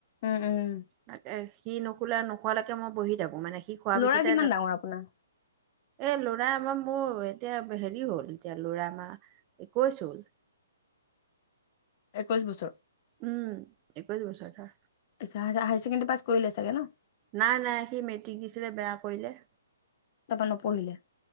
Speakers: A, on the left; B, on the right.
A: উম, উম।
B: তাকে সি নুখোলে নোখোৱালৈকে মই বহি থাকো মানে। সি শুৱাৰ
A: ল'ৰা
B: পিছতে
A: কিমান ডাঙৰ আপোনাৰ?
B: এই ল'ৰা এইবাৰ মোৰ এতিয়া হেৰি হ'ল, এতিয়া ল'ৰা আমাৰ। একৈছ হ'ল।
A: একৈশ বছৰ।
B: উম, একৈছ বছৰ ধৰা।
A: যা, যা, হায় ছেকণ্ডেী পাছ কৰিলে চাগে ন?
B: নাই, নাই সি মেট্ৰিক দিছিলে, বেয়া কৰিলে।
A: তাৰপৰা নপঢ়িলে।